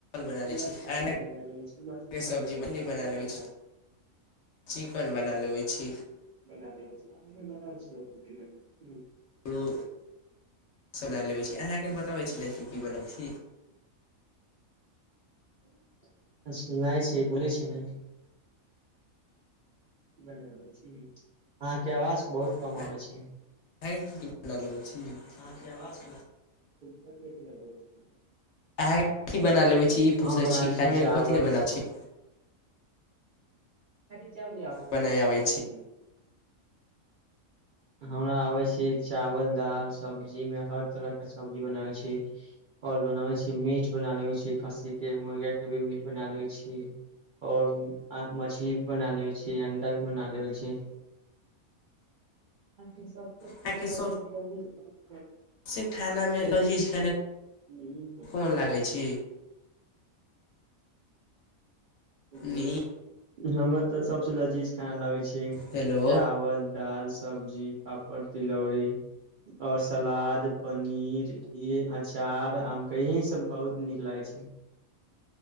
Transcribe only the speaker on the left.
बना
लेबै छी
अंडा
के
लेबै छी चिकन बना लेबै छी
हुं, चला लेबै छै। अहाँके बताबै छलै की की बनै छै।
अहाँके
<unintelligible> की ल लेबै छी, अहांके अवाज ने
अहाँके की बना लेबै छी, पुछै
छी खेनायमे
कथी के बनाबै छी।
बनाय
आबै
अहाँके सब
से खानामे लजीज खाना
मुन लागै छी।
नी
हेलो